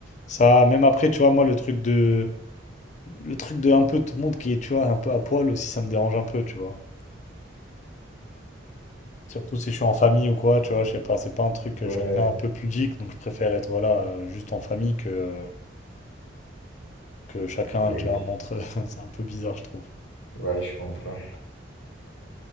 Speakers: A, on the left; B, on the left.
A: ça, même après, tu vois, moi, le truc de... Le truc de un peu tout le monde qui est, tu vois, un peu à poil aussi, ça me dérange un peu, tu vois. Surtout si je suis en famille ou quoi, tu vois, je sais pas, c'est pas un truc que
B: Ouais,
A: je suis un peu pudique, donc je préfère être voilà, euh, juste en famille que, euh, que chacun,
B: oui.
A: tu vois, montre. <laughs> C'est un peu bizarre, je trouve.
B: Ouais, je comprends.